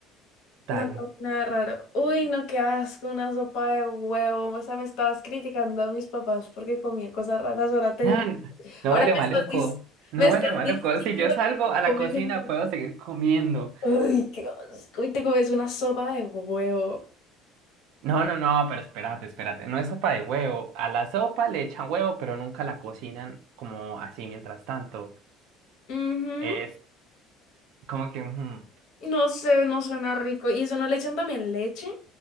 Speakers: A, on the right; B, on the left.
A: Dale.
B: no comí nada raro. Uy, no, qué asco, una sopa de huevo. O sea, me estabas criticando a mis papás porque comía cosas raras. Ahora, te-
A: Man, no
B: ahora
A: huele
B: me
A: maluco.
B: estás, dic-
A: No
B: me estás
A: huele maluco.
B: diciendo
A: Si yo salgo
B: que te
A: a la
B: comes
A: cocina
B: un...
A: puedo seguir comiendo.
B: Uy, qué asco. Y te comes una sopa de huevo.
A: No, no, no, pero espérate, espérate. No es sopa de huevo. A la sopa le echan huevo, pero nunca la cocinan como así mientras tanto.
B: Ujú.
A: Es como que... ujú.
B: No sé, no suena rico. ¿Y eso no le echan también leche?